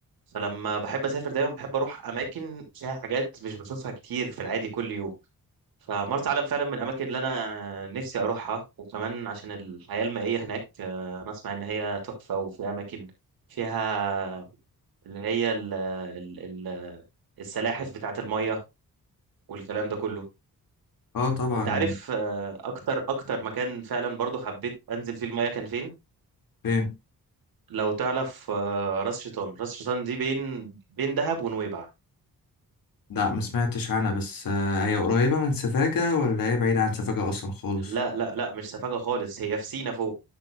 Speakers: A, on the right (about 85°); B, on the left (about 70°).
A: فلما بحب اسافر دايما بحب اروح اماكن فيها حاجات مش بشوفها كتير في العادي كل يوم فمرسى علم فعلا من الاماكن اللي انا نفسي اروحها وكمان عشان الحياه المائيه هناك آه، انا اسمع ان هي تحفه وفي اماكن فيها اللي هي ال ال ال السلاحف بتاعه الميه والكلام ده كله
B: اه طبعا
A: انت عارف آه، اكتر اكتر مكان فعلا برضو حبيت انزل فيه الميه كان فين
B: فين؟
A: لو تعرف آه، راس شيطان راس شيطان دي بين بين دهب ونويبع
B: لأ ما سمعتش عنها بس آه، هي قريبة من سفاجة ولا هي بعيدة عن سفاجة أصلا خالص؟
A: لا لا لا مش سفاجة خالص هي في سينا فوق